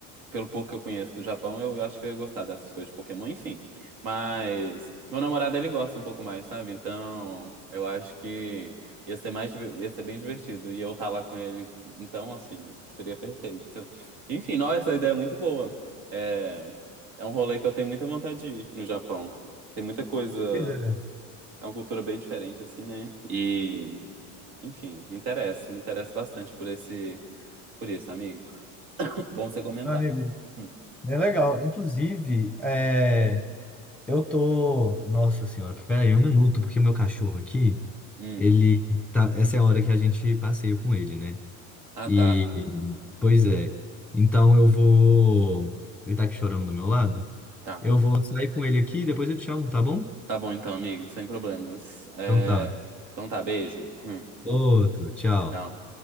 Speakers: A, on the right; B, in the centre.
A: pelo pouco que eu conheço do Japão, eu, eu acho que eu ia gostar dessas coisas de Pokémon, enfim. Mas meu namorado, ele gosta um pouco mais, sabe? Então, eu acho que ia ser mais, diver- ia ser bem divertido. E eu estar lá com ele, então, assim, seria perfeito. Enfim, nossa, essa ideia é muito boa. É, é um rolê que eu tenho muita vontade de ir no Japão. Tem muita coisa,
B: Pois é,
A: é uma cultura bem diferente, assim, né? E, enfim, me interessa, me interessa bastante por esse, por isso, amigo. <laughs> Bom você comentar.
B: amigo.
A: Hum,
B: É legal. Inclusive, é, eu tô. Nossa senhora, pera aí um minuto, porque o meu cachorro aqui,
A: hum.
B: ele tá, essa é a hora que a gente passeia com ele, né?
A: Ah,
B: E,
A: tá.
B: pois é. Então eu vou. Ele tá aqui chorando do meu lado.
A: Tá.
B: Eu vou sair com ele aqui e depois eu te chamo, tá bom?
A: Tá bom então, amigo, sem problemas. É,
B: Então tá.
A: Então tá, beijo. Hum,
B: Outro, tchau.
A: Tchau.